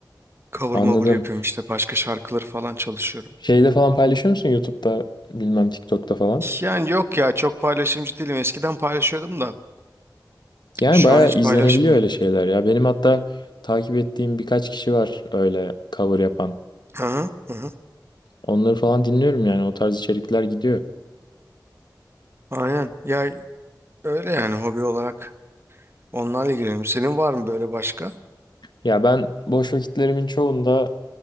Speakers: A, on the right (about 35°); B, on the left (about 80°).
A: Cover
B: anladım.
A: mover yapıyorum işte başka şarkıları falan çalışıyorum.
B: Şeyde falan paylaşıyor musun? YouTube'da bilmem TikTok'ta falan.
A: Yani yok ya çok paylaşımcı değilim. Eskiden paylaşıyordum da
B: Yani
A: şu
B: bayağı
A: an hiç
B: izlenebiliyor
A: paylaşmıyorum.
B: öyle şeyler ya. Benim hatta takip ettiğim birkaç kişi var öyle cover yapan.
A: Aha, aha.
B: Onları falan dinliyorum yani. O tarz içerikler gidiyor.
A: Aynen. Ya öyle yani hobi olarak onlarla ilgileniyorum. Senin var mı böyle başka?
B: Ya ben boş vakitlerimin çoğunda